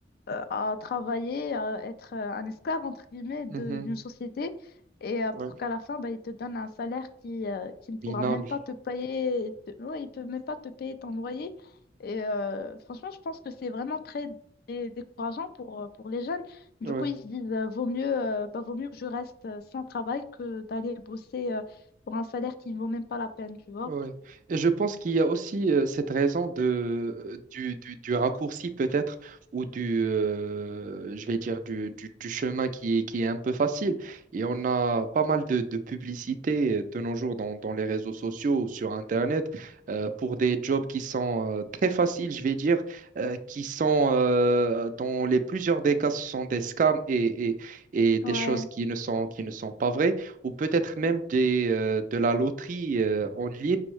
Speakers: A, on the left; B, on the right.
A: euh, à travailler, à être euh, un esclave, entre guillemets, de-
B: Mhm.
A: d'une société, et euh,
B: Ouais.
A: pour qu'à la fin, bah, il te donne un salaire qui, euh, qui ne pourra
B: Minable.
A: même pas te payer, te- ouais, il peut même pas te payer ton loyer. Et euh, franchement, je pense que c'est vraiment très dé- décourageant pour, euh, pour les jeunes. Du
B: Ouais.
A: coup, ils se disent, euh, vaut mieux, euh, bah, vaut mieux que je reste euh, sans travail que d'aller bosser euh, pour un salaire qui ne vaut même pas la peine, tu vois.
B: Oui. Et je pense qu'il y a aussi euh, cette raison de, du, du, du raccourci peut-être, ou du, euh, je vais dire, du, du, du chemin qui est, qui est un peu facile. Et on a pas mal de, de publicités de nos jours dans, dans les réseaux sociaux ou sur Internet euh, pour des jobs qui sont euh, très faciles, je vais dire, euh, qui sont, euh, dans les plusieurs des cas, ce sont des scams et, et, et des
A: Ouais,
B: choses qui ne sont, qui ne sont pas vraies ou peut-être même des, euh, de la loterie euh, en ligne